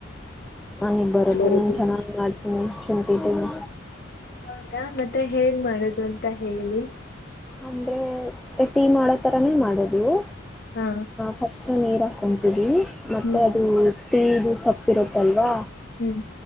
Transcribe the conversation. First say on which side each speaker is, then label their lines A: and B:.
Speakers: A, in the centre; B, on the left.
A: ನನ್ ಈಗ್ ಬರತ್ತೆ
B: ಬರುತ್ತಿಲ್ಲ
A: ನಾನ್ ಚೆನ್ನಾಗಾಗಿ ಮಾಡ್ತೀನಿ ಚಟಿಡಲ್ಲ
B: ಹೌದಾ ಮತ್ತೆ ಹೆಂಗ ಮಾಡದು ಅಂತ ಹೇಳಿ
A: ಅಂದ್ರೆ ಟೀ ಮಾಡೋ ತರಾನೇ ಮಾಡೋದವು
B: ಹಾ
A: ಹಾಸ್ ಸೊ ನೀರು ಹಾಕೊಂತೀವಿ ಮತ್ತೆ
B: ಹ್ಮ್
A: ಅದು ಟೀಗೂ ಸೊಪ್ಪಿರುತ್ತಲ್ವಾ
B: ಹ್ಮ್